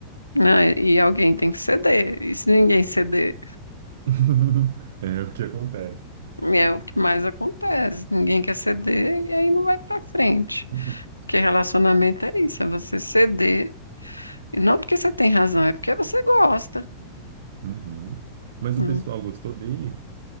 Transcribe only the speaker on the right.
<laughs> É o que acontece.
<laughs>
Uhum. Mas
o pessoal gostou dele?